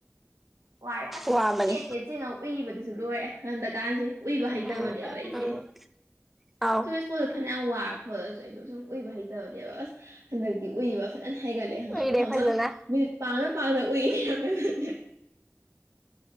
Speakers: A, on the right; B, in the centre.
A: ꯋꯥꯏꯔꯦ ꯑꯁ
B: ꯋꯥꯕꯅꯤ
A: ꯀꯦ ꯀꯦ ꯆꯦꯡꯉ ꯎꯏꯕꯗꯁꯨ ꯂꯣꯏꯔꯦ ꯍꯟꯗꯛꯀꯥꯟꯁꯦ ꯎꯏꯕ ꯍꯩꯇꯕꯅꯦꯕ
B: ꯎꯝ
A: ꯑꯩꯁꯦ
B: <unintelligible> ꯑꯥꯎ
A: ꯁꯨꯃꯦꯁ ꯄꯨꯣꯜꯂꯣ ꯐꯅꯦꯛ ꯌꯥꯝ ꯋꯥ ꯈꯣꯠꯂꯁꯨ ꯑꯩꯗꯣ ꯁꯨꯝ ꯎꯏꯕ ꯍꯩꯇꯕꯅꯦꯕ ꯑꯁ ꯍꯟꯗꯛꯇꯤ ꯎꯏꯕ ꯐꯖꯅ ꯍꯥꯏꯒꯠꯂꯦ ꯍꯪꯉꯥꯎ
B: ꯎꯏꯔꯦ
A: ꯐꯝꯃ
B: ꯐꯖꯅ
A: ꯃꯤ ꯄꯥꯡꯅ ꯄꯥꯡꯅ ꯎꯏꯌꯦ ꯌꯥꯝꯅ <unintelligible>